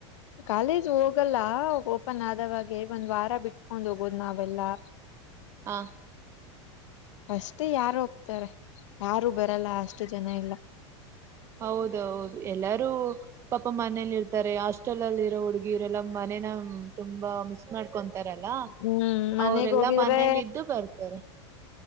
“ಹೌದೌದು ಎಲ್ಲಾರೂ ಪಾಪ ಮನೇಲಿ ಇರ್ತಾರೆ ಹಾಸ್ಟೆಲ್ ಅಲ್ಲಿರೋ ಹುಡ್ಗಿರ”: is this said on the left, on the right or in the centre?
Right